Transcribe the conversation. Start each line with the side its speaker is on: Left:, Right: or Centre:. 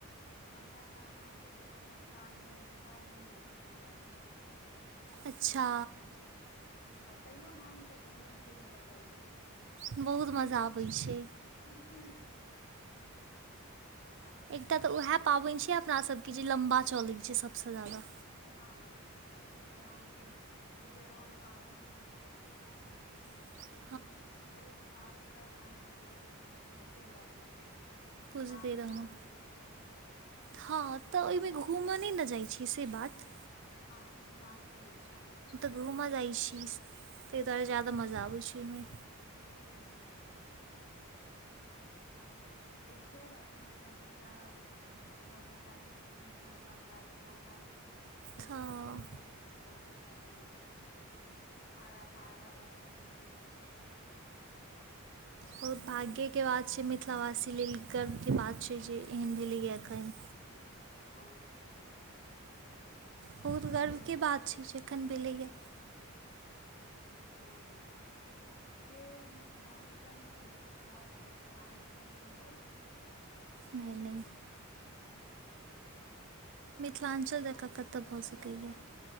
Left: हमरा तऽ अहाँके मधुश्रवणीमे छओ महीनाके बौआ छलै पेटमे।
Right: अच्छा
Left: तऽ तैयो हम तऽ घूमय फिरै लए जाइ छलहुँ हां।
Right: बहुत मजा अबै छै।
Left: <unintelligible> आ
Right: एकटा
Left: एहि
Right: तऽ उएह
Left: बेर
Right: पाबैन
Left: हम
Right: छियै अपनासभके जे लम्बा चलै छै सभसँ ज्यादा।
Left: हँ से तऽ फेर अहाँके जरौर पाबनि भेल।
Right: <inaudible>
Left: अइ मे एक साल तक अहाँके पुजिते रहलहुँ।
Right: पूजिते
Left: साँझ
Right: रहलौ।
Left: पाबनि जे कहै छियै
Right: हँ तऽ ओहिमे घूमऽ नहि ने जाय छियै से बात।
Left: हम अपन सासुर मे भेजने छी।
Right: घूमऽ जाय छी तहि दुआरे ज्यादा मजा आबैत छैय ओहिमे।
Left: हू हू देखियौ अपना सबके तऽ सभ गोटाके देलीइथ हँ मौका ई मौका पीछाँ
Right: तऽ
Left: नहि जाय देबै सब गोटा मिल कऽ आगाँ सँ आगाँ बढ़ाबैके छैय।
Right: बहुत भाग्य के बात छैय मिथिलावासी लेल गर्वके बात छैय जे एहन भेलैये एखन।
Left: हँ
Right: बहुत
Left: देखियौ
Right: गर्वके
Left: कतेक
Right: बात छैय जखन भेलैये
Left: हँ से बात तऽ छैय। जे मिथिलांचल मे भऽ गेलै से आन ठन थोड़बे छैय।
Right: नहि -नहि
Left: <inaudible>
Right: मिथिलांचल जेकाँ कतऽ भऽ
Left: की
Right: सकैये?
Left: कहलियै